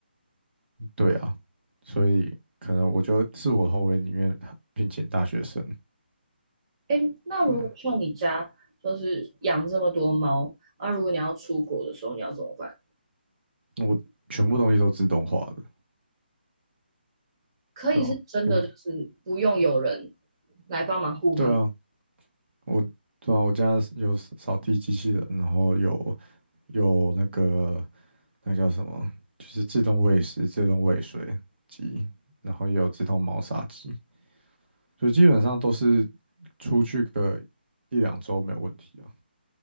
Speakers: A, on the right; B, on the right.
A: 对啊，所以可能我就自我后卫里面聘请大学生，
B: 哎，那如果像你家就是养这么多猫，
A: 对啊，
B: 那、啊如果你要出国的时候，你要怎么办？
A: 我全部东西都自动化的，
B: 可以是真的，
A: 对吧、有，
B: 就是不用有人来帮忙雇他们。
A: 对啊，我对啊，我家有扫地机器人，然后有有那个那叫什么，就是自动喂食、自动喂水机，然后也有自动猫砂机，所以基本上都是出去个一两周没有问题啊，